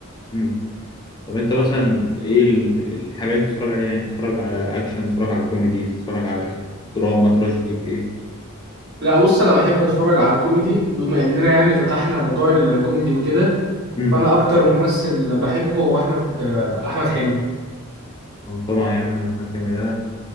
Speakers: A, on the left (about 20°); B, on the right (about 50°).
A: مم. طب انت مثلا ايه ال- الحاجه اللي انت بتتفرج عليها يعني تتفرج على اكشن تتفرج على كوميدي تتفرج على دراما تراجيدي ايه
B: لا بص انا بحب اتفرج على كوميدي وبما اننا يعني فتحنا موضوع الكوميدي وكده
A: امم
B: فانا اكتر ممثل بحبه هو احمد آه، احمد حلمي
A: طبعا يا عم ده احمد حلمي ده